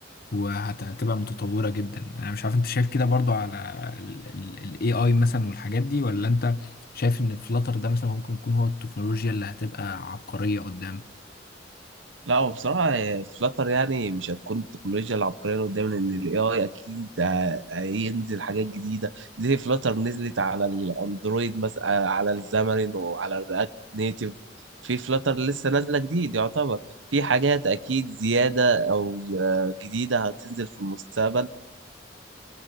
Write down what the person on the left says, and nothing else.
وهتبقى متطورة جدا انا مش عارف انت شايف كده برضو على ال ال- ال AI مثلا والحاجات دي ولا انت شايف ان فلاتر ده مثلا ممكن يكون هو التكنولوجيا اللي هتبقى عبقرية قدام